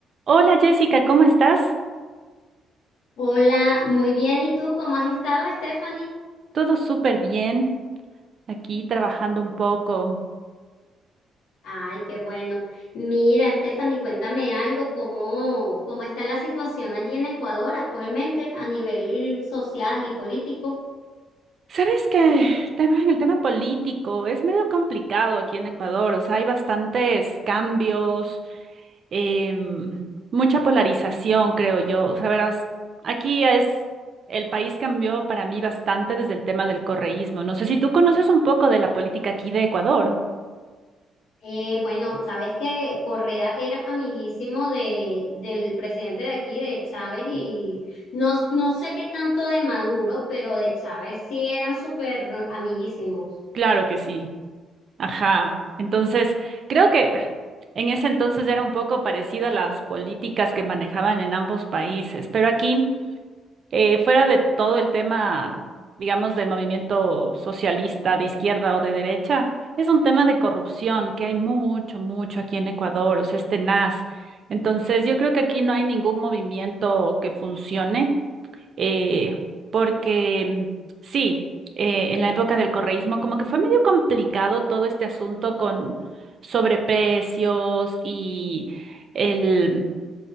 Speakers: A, on the right (about 55°); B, on the left (about 85°).
A: Hola Jessica, ¿cómo estás?
B: Hola, muy bien. ¿Y tú cómo has estado, Stephanie?
A: Todo súper bien, aquí trabajando un poco.
B: Ay, qué bueno. Mira, Stephanie, cuéntame algo, ¿cómo, cómo está la situación allí en Ecuador actualmente a nivel social y político?
A: Sabes que tema- en el tema político es medio complicado aquí en Ecuador, o sea, hay bastantes cambios, em, mucha polarización, creo yo. O sea, verás, aquí es, el país cambió para mí bastante desde el tema del correísmo. No sé si tú conoces un poco de la política aquí de Ecuador.
B: Eh, bueno, sabes que Correa era amiguísimo de, del presidente de aquí, de Chávez, y no, no sé qué tanto de Maduro, pero de Chávez sí eran súper amiguísimos,
A: Claro que sí. Ajá. Entonces, creo que en ese entonces era un poco parecido a las políticas que manejaban en ambos países, pero aquí, eh, fuera de todo el tema, digamos, del movimiento socialista de izquierda o de derecha, es un tema de corrupción que hay mucho, mucho aquí en Ecuador, o sea, es tenaz. Entonces, yo creo que aquí no hay ningún movimiento que funcione eh, porque mm, sí, eh, en la época del correísmo como que fue medio complicado todo este asunto con sobreprecios y el